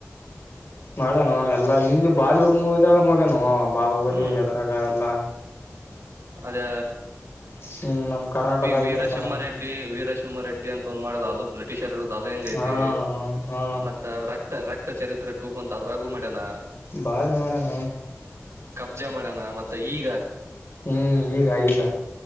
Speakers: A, on the left; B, on the right.
A: ಮಾಡೇ ನ ಅವನ್ ಎಲ್ಲಾ ಹಿಂದಿ ಬಾಲಿವುಡ್ ಮೂವಿದಾಗ ಮೂಗನ ಬಾಹುಬಲಿ
B: ಹ್ಮ್
A: ಎದ್ರಾಗ ಎಲ್ಲ
B: ಅದೇ
A: ಹ್ಮ್ ನಮ್ ಕರ್ನಾಟಕದಾಗ
B: ವೀರಸಂಹರೆೆಡ್ಡಿ
A: ಇರ್ತಾನ
B: ವೀರಸಂಹ ರೆಡ್ಡಿ ಅಂತ ಒಂದ್ ಮಾಡ್ರ ಅದು ಬ್ರಿಟಿಷರ್ ಅದೆಂಗೈತೆ
A: ಹಾ
B: ಐತೆ
A: ಹಾ
B: ಮತ್ತೆ ರಥ ರಕ್ತಚರಿ ಟು ಆದಾಗ ಮಾಡೋಣ
A: ಭಾರಿ ಮಾಡೋಣ
B: ಬೇಜಾರ್ ಮಾಡೋಣ ಮತ್ತೆ ಈಗ
A: ಹ್ಮ್ ಈಗ ಈಗ